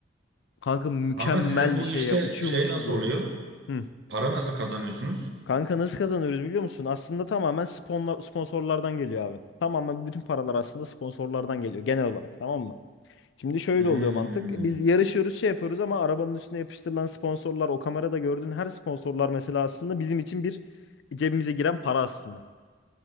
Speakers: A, on the left; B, on the right.
A: Kanka mükemmel
B: Kanka sizin bu
A: bir şey
B: işte
A: ya uçuyormuş
B: şey nasıl
A: gibi ya.
B: oluyor?
A: Hı.
B: Para nasıl kazanıyorsunuz?
A: Kanka nasıl kazanıyoruz biliyor musun? Aslında tamamen sponla- sponsorlardan geliyor abi. Tamamen bütün paralar aslında sponsorlardan geliyor genel olarak tamam mı? Şimdi şöyle
B: Hmm.
A: oluyor mantık. Biz yarışıyoruz şey yapıyoruz ama arabanın üstüne yapıştırılan sponsorlar o kamerada gördüğün her sponsorlar mesela aslında bizim için bir cebimize giren para aslında